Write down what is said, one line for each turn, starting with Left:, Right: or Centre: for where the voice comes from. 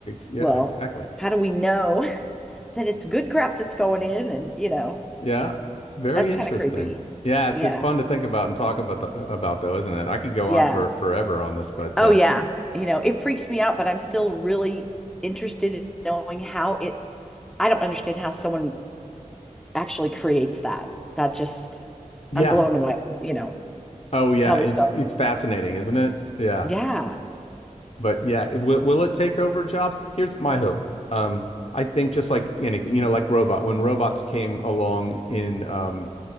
Left: Yeah,
Centre: well
Left: exactly.
Centre: how do we know <laughs> that it's good crap that's going in and you know
Left: Yeah, very
Centre: that's
Left: interesting.
Centre: kind of creepy
Left: Yeah, it's
Centre: yeah
Left: it's fun to think about and talk about the, about though, isn't it? I could go
Centre: yeah
Left: on for forever on this, but
Centre: oh
Left: uh,
Centre: yeah you know it freaks me out but i'm still really interested in knowing how it i don't understand how someone actually creates that. That just
Left: yeah.
Centre: I'm blown away with, you know,
Left: Oh yeah,
Centre: how they
Left: it's
Centre: started.
Left: it's fascinating, isn't it? Yeah.
Centre: Yeah.
Left: But yeah, it- will will it take over jobs? Here's my hope. Um, I think just like anything, you know, like robot, when robots came along in, um,